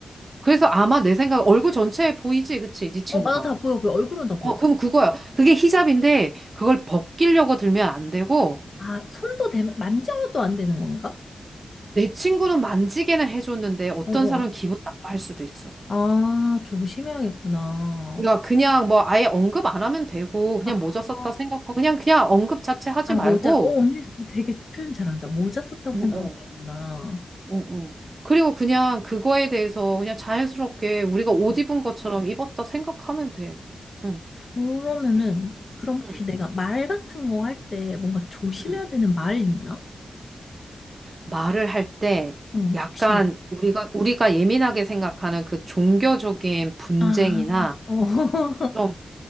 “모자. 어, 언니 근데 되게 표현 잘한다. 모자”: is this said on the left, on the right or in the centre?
Left